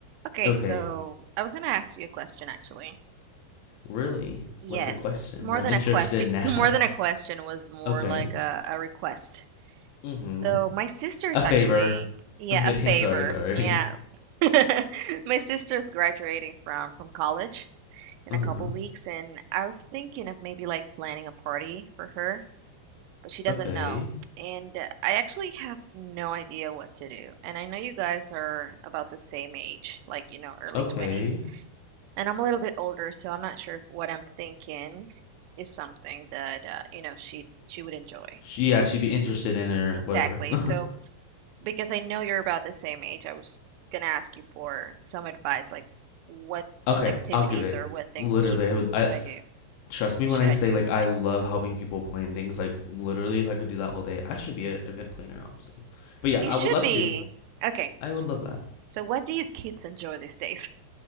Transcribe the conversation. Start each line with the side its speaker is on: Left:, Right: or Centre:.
Right: Okay,
Left: Okay.
Right: so I was gonna ask you a question actually.
Left: Really?
Right: Yes,
Left: What's the question?
Right: more
Left: I'm
Right: than
Left: interested
Right: a question,
Left: now.
Right: <laughs> more than a
Left: <laughs>
Right: question was more
Left: Okay.
Right: like a, a request.
Left: Mm-hmm.
Right: So my sister's
Left: A favor.
Right: actually, yeah,
Left: I'm kidding.
Right: a favor.
Left: <laughs> Sorry, sorry.
Right: Yeah. <laughs> My sister's graduating from from college in
Left: Uh-huh.
Right: a couple weeks, and I was thinking of maybe like planning a party for her but she doesn't
Left: Okay.
Right: know. And uh, I actually have no idea what to do. And I know you guys are about the same age, like, you know, early
Left: Okay.
Right: 20s. And I'm a little bit older, so I'm not sure if what I'm thinking is something that, uh, you know, she she would enjoy.
Left: She, yeah, she'd be interested in her
Right: Exactly.
Left: whatever. <laughs>
Right: So, because I know you're about the same age, I was gonna ask you for some advice, like what
Left: Okay,
Right: activities
Left: I'll give it.
Right: or what things
Left: Literally,
Right: sh-
Left: I would I
Right: would I do?
Left: trust me
Right: Should
Left: when I
Right: I
Left: say
Right: do?
Left: like I love helping people plan things. Like literally if I could do that all day, I should be an event planner, honestly. But yeah,
Right: You
Left: I
Right: should
Left: would love
Right: be.
Left: to.
Right: Okay.
Left: I would love that.
Right: So, what do you kids enjoy these days?